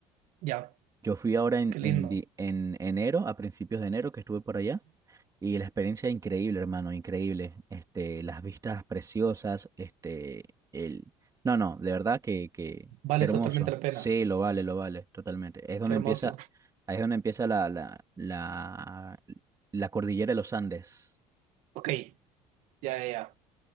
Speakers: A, on the right; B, on the right.
A: ya,
B: Yo fui ahora en,
A: qué lindo.
B: en, di- en enero, a principios de enero que estuve por allá, y la experiencia increíble, hermano, increíble. Este, las vistas preciosas, este, el... No, no, de verdad que, que,
A: Vale
B: que hermoso.
A: totalmente la pena.
B: Sí, lo vale, lo vale, totalmente. Es donde
A: Qué hermoso.
B: empieza, ahí es donde empieza la, la, la, la cordillera de los Andes.
A: Ok, ya, ya, ya.